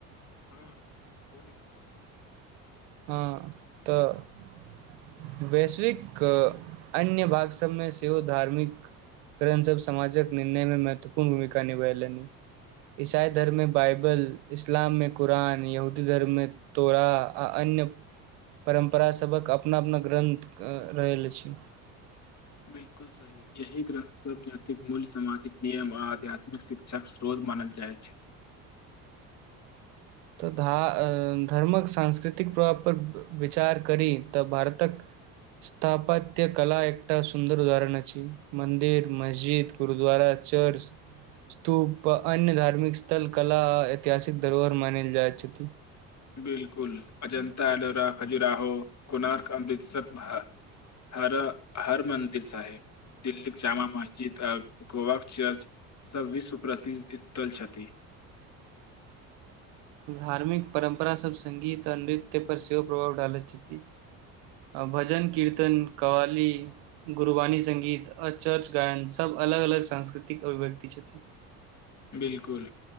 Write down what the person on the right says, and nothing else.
हँ तऽ वैश्विक अन्य भाग सभमे सेहो धार्मिक ग्रंथ सभ समाजक निर्णयमे महत्वपूर्ण भूमिका निभेलनि। ईसाई धर्ममे बाइबल, इस्लाममे कुरान, यहूदी धर्ममे तोरा आ अन्य परम्परासभक अपना अपना ग्रन्थ अ रहल अछि।
तऽ धा अऽ धर्मक सांस्कृतिक प्रभाव पर ब बे विचार करी तऽ भारतक स्थापत्य कला एकटा सुन्दर उदाहरण अछि। मन्दिर, मस्जिद, गुरुद्वारा, चर्च, स्तूप आ अन्य धार्मिक स्थल कला आ ऐतिहासिक धरोहर मान जाइ छथि।
धार्मिक परम्परासब संगीत आ नृत्य त्य पर सेहो प्रभाव डालैत छथि। आ भजन, कीर्तन, कव्वाली, गुरवाणी संगीत आ चर्च गायन सब अलग अलग सांस्कृतिक अभिव्यक्ति छथिन।